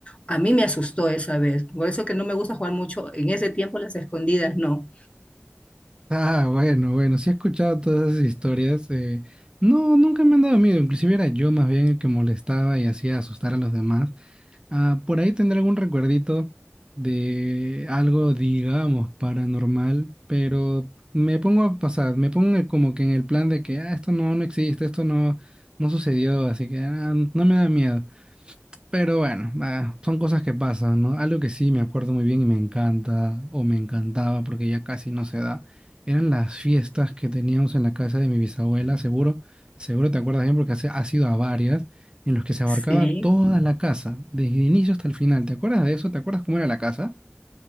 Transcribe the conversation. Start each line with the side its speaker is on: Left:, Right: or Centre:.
Left: A mí me asustó esa vez, por eso que no me gusta jugar mucho en ese tiempo las escondidas, no.
Right: Ah, bueno, bueno, sí he escuchado todas esas historias. eh, no, nunca me han dado miedo. Inclusive era yo más bien el que molestaba y hacía asustar a los demás. Ah, por ahí tendré algún recuerdito de algo, digamos, paranormal, pero me pongo a pasar, me pongo en- el como que en el plan de que ah, esto no, no existe, esto no, no sucedió, así que ah, no me da miedo. Pero bueno, ah, son cosas que pasan, ¿no? Algo que sí me acuerdo muy bien y me encanta, o me encantaba porque ya casi no se da, eran las fiestas que teníamos en la casa de mi bisabuela, seguro, seguro te acuerdas bien porque has, has ido a varias, en los que se abarcaba
Left: Sí.
Right: toda la casa, desde el inicio hasta el final. ¿Te acuerdas de eso? ¿Te acuerdas cómo era la casa?